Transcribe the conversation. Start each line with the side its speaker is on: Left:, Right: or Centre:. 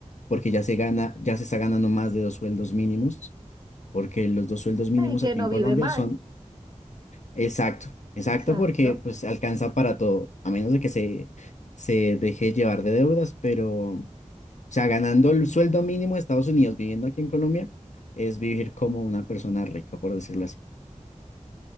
Left: porque ya se gana, ya se está ganando más de dos sueldos mínimos, porque los dos sueldos mínimos
Right: El que
Left: aquí
Right: no
Left: en Colombia
Right: vive mal,
Left: son Exacto, exacto,
Right: exacto,
Left: porque pues alcanza para todo, a menos de que se, se deje llevar de deudas, pero, o sea, ganando el sueldo mínimo de Estados Unidos, viviendo aquí en Colombia, es vivir como una persona rica, por decirlo así.